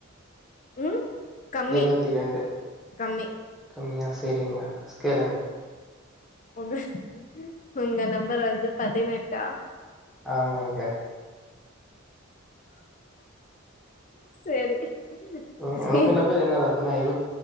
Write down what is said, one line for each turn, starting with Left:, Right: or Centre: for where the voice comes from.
Left: ம் கம்மி
Centre: இருவத்தி ரெண்டு
Left: கம்மி
Centre: கம்மியா செரிங்க கேளுங்க
Left: ஒங்க ஒங்க நம்பர் வந்து பதினெட்டா
Centre: ஆமாங்க
Left: செரி
Centre: ம்
Left: சி
Centre: உங்க நம்பர் என்னது அப்பனா